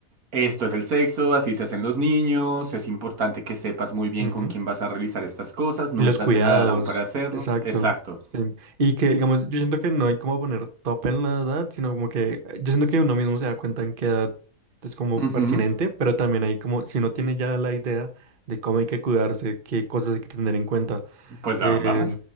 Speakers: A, on the right; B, on the right.
A: Esto es el sexo, así se hacen los niños, es importante que sepas muy bien
B: Ujú.
A: con quién vas a realizar estas cosas, no
B: Y los
A: estás
B: cuidados,
A: en la edad aún para hacerlo.
B: exacto.
A: Exacto.
B: Sí. Y que, digamos, yo siento que no hay como poner top en la edad, sino como que eh, yo siento que uno mismo se da cuenta en qué edad es como
A: Ujú,
B: pertinente, pero también hay como, si uno tiene ya la idea de cómo hay que cuidarse, qué cosas hay que tener en cuenta.
A: Pues
B: eh,
A: la van a barrar.